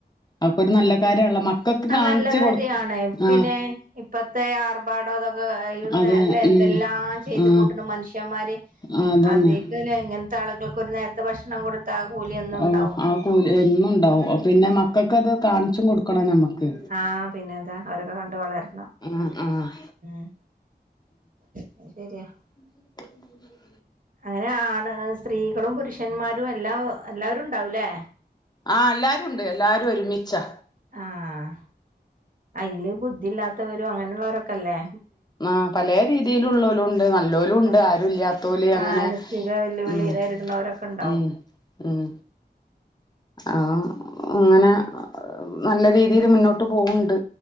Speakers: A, on the left; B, on the right.
A: അത് പ്പൊരു നല്ല
B: ഒക്കെ
A: കാര്യാള്ളോ മക്കക്ക്
B: ആഹ്
A: കാൺച്ച്
B: നല്ല കാര്യാണ്
A: കൊട് ആ
B: പിന്നെ ഇപ്പത്തെ ആർ - ബാടും ഇതൊക്കെ <unintelligible>
A: അതെ
B: എന്തെല്ലാം
A: ഉം
B: ചെയ്ത്
A: ആഹ്
B: കൂട്ട്ണ് മൻഷ്യന്മാര്
A: ആഹ് അതന്നെ
B: അത് ന്താലെ ഇങ്ങൻത്തെ ആളുകൾക്കൊരു നേരത്തെ ഭക്ഷണം കൊടു ത്താ കൂലി എന്നും
A: ഓഹ്
B: ഉണ്ടാവും
A: ആഹ് കൂലി എന്നുംണ്ടാവും പിന്നെ
B: ഉം
A: മക്കക്ക് അത് കാണിച്ചും കൊടുക്കണം നമ്മക്ക്
B: ആഹ് പിന്നെന്താ അവരൊക്കെ കണ്ട് വളരണം
A: ആഹ് ആഹ്
B: ഉം അഹ് ശരിയാ
A: <inaudible>
B: അങ്ങനെ ആണ് സ്ത്രീകളും പുരുഷന്മാരും എല്ലാം എല്ലാവരും ഉണ്ടാവൂലേ?
A: ആഹ് എല്ലാരും ഉണ്ട് എല്ലാരും ഒരുമിച്ചാ
B: ആഹ് അയില് ബുദ്ധിയില്ലാത്തവരും അങ്ങനെയുള്ളവരൊക്കെ അല്ലേ?
A: ആഹ് പലേ രീതിയിലുള്ളോലുംണ്ട് ന ല്ലോലുംണ്ട്
B: മ
A: ആരും ഇല്ല്യാത്തോല്
B: മാനസിക
A: അങ്ങനെ
B: വെല്ലുവിളി
A: ഉം
B: നേരിടുന്നവരൊക്കെ ഉണ്ടാവും
A: ഉം ഉം ആഹ് അങ്ങനെ നല്ല രീതിയില് മുന്നോട്ട് പോക്ണ്ട്